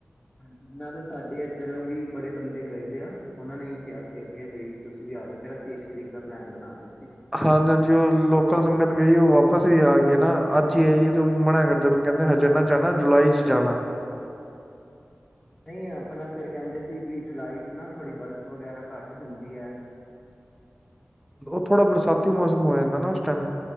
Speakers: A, on the left (about 20°); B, in the centre.
A: ਹਾਂਜੀ ਨਾਲੇ ਸਾਡੇ ਇੱਧਰੋਂ ਵੀ ਬੜੇ ਬੰਦੇ ਗਏ ਦੇ ਆ ਉਹਨਾਂ ਨੇ ਹੀ ਕਿਹਾ ਸੀ ਅੱਗੇ ਬਈ ਤੁਸੀਂ ਵੀ ਆ ਜਾਓ ਫੇਰ ਅਸੀਂ ਇੱਕ ਤਰੀਕ ਦਾ ਪਲੈਨ ਬਣਾ ਲਿਆ ਸੀ
B: ਹਾਂਜੀ ਹਾਂਜੀ ਉਹ ਲੋਕਲ ਸੰਗਤ ਗਈ ਉਹ ਵਾਪ ਵਾਪਸ ਵੀ ਆ ਗਏ ਨਾ ਅੱਜ ਹੀ ਆਈਏ ਉਹ ਮਨਾ ਕਰਦੇ ਪਏ ਨੇ ਹਜੇ ਨਾ ਜਾਣਾ ਜੁਲਾਈ ਚ ਜਾਣਾ
A: ਨਹੀਂ ਆਪਣਾ ਫੇਰ ਕਹਿੰਦੇ ਸੀ ਵੀ ਜੁਲਾਈ ਚ ਨਾ ਥੋੜ੍ਹੀ ਬਰਫ਼ ਵਗੈਰਾ ਘੱਟ ਹੁੰਦੀ ਹੈ
B: ਉਹ ਥੋੜਾ ਬਰਸਾਤੀ ਮੌਸਮ ਹੋ ਜਾਂਦਾ ਨਾ ਉਸ ਟਾਈਮ